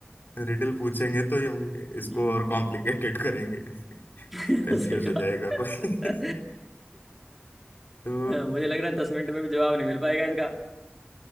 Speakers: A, on the left (about 55°); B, in the centre.
A: रिडल पूछेंगे तो ये हम इसको
B: हम्म
A: और कॉम्प्लिकेटेड करेंगे <laughs>
B: <laughs>
A: कंफ्यूज
B: सही
A: हो
B: बात
A: जाएगा कोई
B: हाँ,
A: <laughs> तो
B: मुझे लग रहा है दस मिनट में भी जवाब नहीं मिल पाएगा इसका